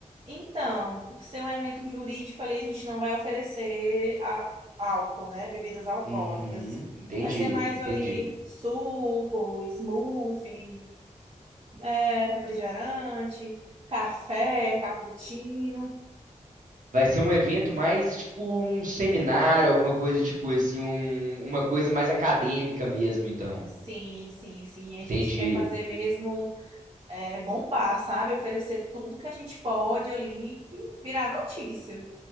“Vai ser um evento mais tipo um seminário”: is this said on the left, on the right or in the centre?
Right